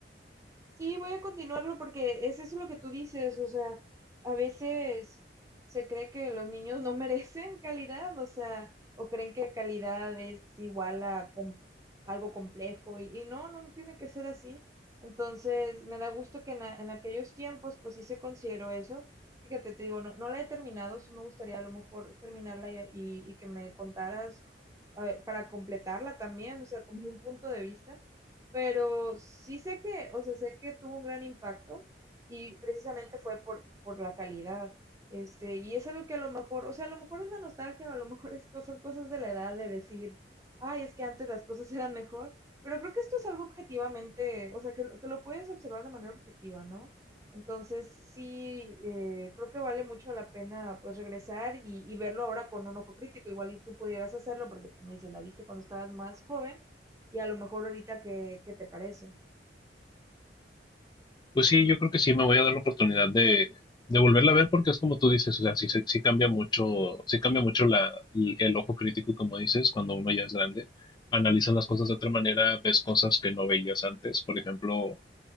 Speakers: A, on the right; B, on the left.
A: Sí, voy a continuarlo porque es eso lo que tú dices, o sea, a veces se cree que los niños no <laughs> merecen calidad, o sea, o creen que calidad es igual a com- algo complejo y, y no, no no tiene que ser así. Entonces, me da gusto que en, a- en aquellos tiempos, pues sí se consideró eso. Fíjate, te digo, no, no la he terminado, sí me gustaría a lo mejor terminarla y, y- y que me contaras, a ver, para completarla también, o sea, como un punto de vista. Pero sí sé que, o sea, sé que tuvo un gran impacto y precisamente fue por, por la calidad. Este, y es algo que a lo mejor, o sea, a lo mejor es la nostalgia, o a lo mejor es, co- son cosas de la edad de decir, ay, es que antes las cosas <laughs> eran mejor, pero creo que esto es algo objetivamente, o sea, que, que lo puedes observar de manera objetiva, ¿no? Entonces, sí, eh, creo que vale mucho la pena, pues, regresar y, y verlo ahora con un ojo crítico, igual y tú pudieras hacerlo, porque como dices, la viste cuando estabas más joven, y a lo mejor ahorita qué, qué te parece.
B: Pues sí, yo creo que sí me voy a dar la oportunidad de, de volverla a ver porque es como tú dices, o sea, sí, sí, sí cambia mucho, sí cambia mucho la, el ojo crítico, como dices, cuando uno ya es grande, analiza las cosas de otra manera, ves cosas que no veías antes. Por ejemplo,